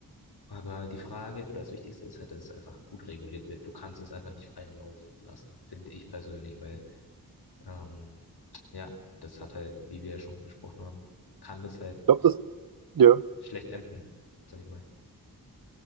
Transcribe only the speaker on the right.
glaube, das, ja.